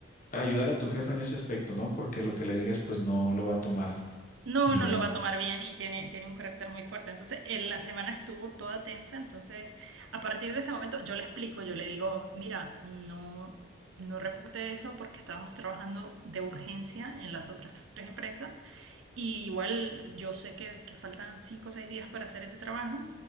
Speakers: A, on the left; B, on the right.
A: ayudar a tu jefe en ese aspecto, ¿no? Porque lo que le digas, pues no lo va a tomar
B: No,
A: bien.
B: no lo va a tomar bien y tiene, tiene un carácter muy fuerte. Entonces, en la semana estuvo toda tensa. Entonces, a partir de ese momento, yo le explico, yo le digo, mira, no, no reporte eso porque estábamos trabajando de urgencia en las otras tres empresas Y igual yo sé que, que faltan cinco o seis días para hacer ese trabajo